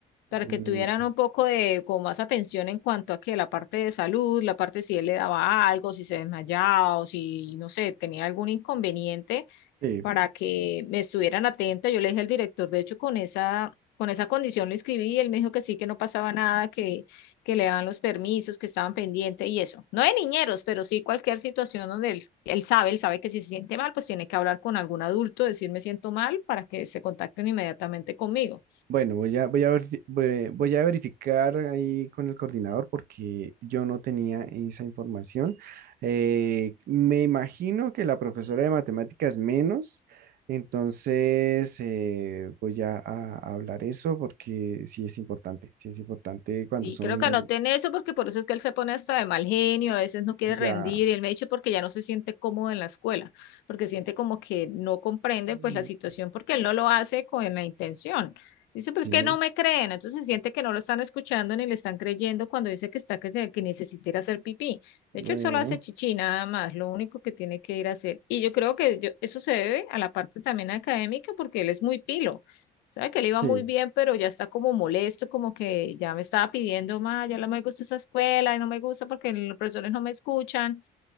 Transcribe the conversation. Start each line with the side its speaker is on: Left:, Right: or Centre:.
Left: para
Right: Mm,
Left: que tuvieran un poco de como más atención en cuanto a que la parte de salud, la parte si él le daba algo, si se desmayaba o si, no sé, tenía algún inconveniente
Right: sí.
Left: para que me estuvieran atenta. Yo le dije al director, de hecho, con esa, con esa condición le escribí y él me dijo que sí, que no pasaba nada, que, que le daban los permisos, que estaban pendientes y eso. No de niñeros, pero sí cualquier situación donde él, él sabe, él sabe que si se siente mal, pues tiene que hablar con algún adulto, decir me siento mal para que se contacten inmediatamente conmigo.
Right: Bueno, voy a, voy a, verifi- voy, voy a verificar ahí con el coordinador porque yo no tenía esa información. Eh, me imagino que la profesora de matemáticas menos, entonces eh, voy a, a hablar eso porque sí es importante, sí es importante cuando
Left: Sí,
Right: son
Left: creo que anoté en eso porque por eso es que él se pone hasta de mal genio, a veces no quiere rendir
Right: ya,
Left: y él me ha dicho porque ya no se siente cómodo en la escuela, porque siente como que no comprende
Right: mm,
Left: pues la situación porque él no lo hace con la intención. Dice, pero
Right: sí,
Left: es que no me creen, entonces siente que no lo están escuchando ni le están creyendo cuando dice que está que, se, que necesita ir a hacer pipí.
Right: bueno,
Left: De hecho, él solo hace chichi nada más, lo único que tiene que ir a hacer. Y yo creo que yo- eso se debe a la parte también académica porque él es muy pilo. Sabe que le
Right: sí,
Left: iba muy bien, pero ya está como molesto, como que ya me estaba pidiendo más, ya no me gusta esa escuela, y no me gusta porque los profesores no me escuchan.